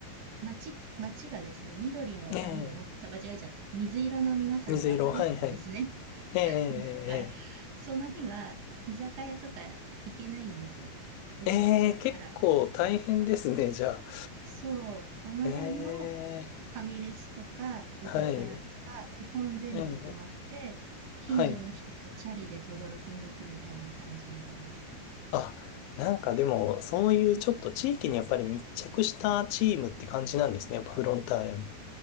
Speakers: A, on the right (about 75°); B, on the left (about 80°).
A: 街、街がですね、緑の、
B: ええ、
A: あ、緑、ごめんなさい、間違えちゃった。水色の皆さんで溢れるんですね。
B: 水色、はい、はい、ええ、
A: <laughs> だから、その日は居酒屋とか行けないんですよ。埋まっちゃうから。
B: ええ、ええ、ええ結構大変ですね、じゃあ。
A: そう、あの辺のフ
B: ええ、
A: ァミレスとか居酒屋とか、
B: はい、
A: 基本全部埋まって、
B: ええ、
A: 近所の人がチャリで轟きに行くみたいな感じなんです。
B: はい、あ、なんかでも、そういうちょっと地域にやっぱり密着したチームって感じなんですね、
A: うん
B: やっぱフロンターレも。